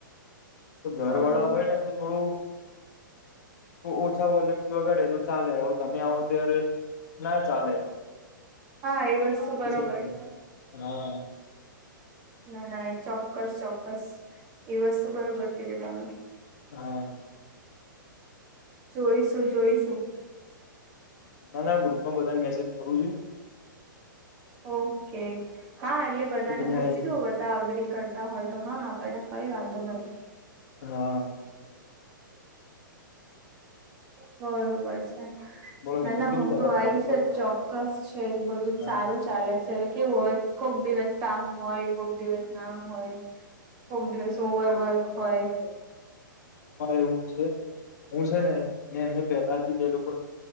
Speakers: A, on the left; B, on the right.
A: તો ઘર
B: બરોબર
A: વાળા હોય ને તો થોડું ઓછા વોલ્યુમ વગાડે તો ચાલે હ તમે આવો ત્યારે ના ચાલે
B: હા એ વસ્તુ બરોબર
A: એ સિસ્ટમ.
B: છે.
A: હા
B: ના ના એ ચોક્કસ ચોક્કસ એ વસ્તુ બરોબર કીધી તમે
A: હા
B: જોઈશું જોઈશું.
A: ના ના ગ્રુપ માં બધાને મેસેજ કરું છું.
B: ઓકે હા એટલે બધાને
A: કે તમે
B: પૂછી
A: આવી જાય
B: જો બ ધા અગ્રી કરતા હોય તો હા આપણને કઈ વાંધો નથી.
A: હા
B: બરોબર છે
A: બોલો
B: ના
A: બીજું
B: ના
A: કેવું
B: હું
A: ચાલે
B: તો આવીશ
A: જોબ પર
B: જ ચોક્કસ છે જ બધું જ
A: હા
B: સારું ચાલે છે હવે કેવું હોય કોક દિવસ કામ હોય કોક દિવસ ના હોય કોક દિવસ ઓવરવર્ક હોય.
A: અમારે પણ એવું જ છે હું છે ને મે એમને પહેલા જ કીધેલું